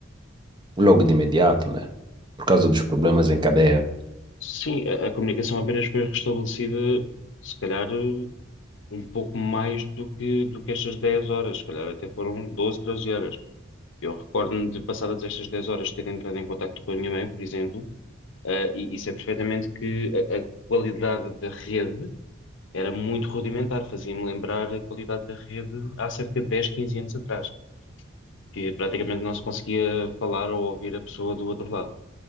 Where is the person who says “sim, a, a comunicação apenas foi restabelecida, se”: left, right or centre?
Left